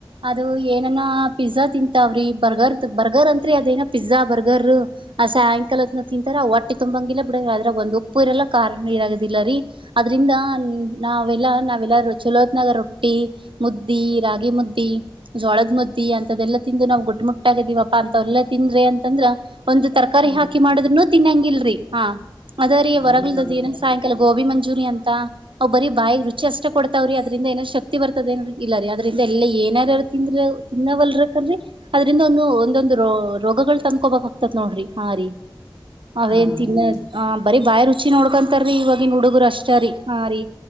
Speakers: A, on the right; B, on the right.
A: ಅದು ಏನನ ಪಿಜ್ಜಾ ತಿಂತಾವ್ರಿ ಬರ್ಗರ್ ಬರ್ಗರ್ ಅಂತ್ರರಿ ಅದೇನ ಪಿಜ್ಜಾ ಬರ್ಗ ಗರ್ ಆ ಸಾಯಂಕಾಲತ್ನ ತಿಂತಾರ ಹೊಟ್ಟೆ ತುಂಬಂಗಿಲ್ಲ ಬಿಡಂಗ ಅದ್ರಾಗ್ ಒಂದ್ ಉಪ್ಪು ಇರಲ್ಲ ಕಾರನು ಇರದಿಲ್ಲ. ಅದ್ರಿಂದ ನಾವೆಲ್ಲಾ ನಾವೆಲ್ಲ ಚಲೋ ಹತ್ನಗ ರೊಟ್ಟಿ ಮುದ್ದಿ. ಮುದ್ದಿ ಜೋಳದ್ ಮುದ್ದಿ ಅಂತದೆಲ್ಲ ತಿಂದು ನಾವು ಗುಟ್ಟ ಮುಟ್ಟಾಗಿದಿವವಪ್ಪಾ ಅಂತವೆಲ್ಲಾ ತಿಂದ್ರಿ ಅಂತಂದ್ರ ಒಂದು ತರಕಾರಿ
B: ಹಾ
A: ಹಾಕಿ
B: ರೀ
A: ಮಾಡುದ್ರುನು ತಿನ್ನಂಗಿಲ್ರಿ ಹಾ. ಅದೇ ರೀ
B: ಹೌದೌದ್ರಿ
A: ಹೊರಗ್ಲುದು ದಿನ ಸಾಯಂಕಾಲ ಗೋಬಿ ಮಂಜ ಮಂಜೂರಿ ಅಂತ ಅವ್ ಬರಿ ಬಾಯ್ ರುಚಿ ಅಷ್ಟೇ ಕೊಡ್ತಾವ್ರಿ ಅಂದ್ರಿದ ಏನಾರ ಶಕ್ತಿ ಬರ್ತದ ಏ ಇಲ್ಲ ರೀ. <unintelligible> ಎಲ್ಲ <unintelligible> ತಿಂದ್ರ ತಿನ್ನವಲ್ರಕಲ್ರಿ ಅದ್ರಿಂದ ಒಂದು ಒಂದೊಂದು ರ ರೋಗಗಳು ತಂದ್ಕೋಬೇಕ ತ್ ನೋಡ್ರಿ ಹಾ ರೀ ಅವೇನ್
B: ಹೌದ
A: ತಿನ್ನ
B: ರೀ
A: ಬರೀ ಬಾಯ್ ರುಚಿ ನೋಡ್ಕ ಇತಾರೀ ಇವಾಗಿನ್ ಹುಡುಗ್ರು ಅಷ್ಟೇ ರೀ ಆ ರೀ